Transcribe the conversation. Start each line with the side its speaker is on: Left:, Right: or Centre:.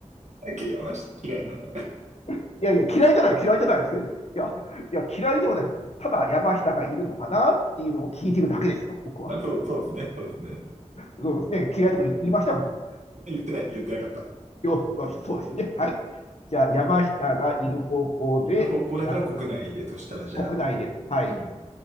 Right: 竹山下嫌いなの。
Left: <laughs> いやいや、嫌いじゃない、嫌いじゃないですね。いや、いや、嫌いではないです。ただ、山下がいるのかなっていうのを聞いてるだけですよ、僕は。
Right: あ、そう、そうですね、そうですね。
Left: そうですね、嫌いとこ行いました、
Right: はい。
Left: 僕。
Right: 言ってない、言ってなかった。
Left: よし、そうですよね。はい。じゃあ、山下がいる方向で話をする。
Right: うん、いる方向だから国内で、そしたらじゃあ、
Left: 国内で、はい。
Right: うん。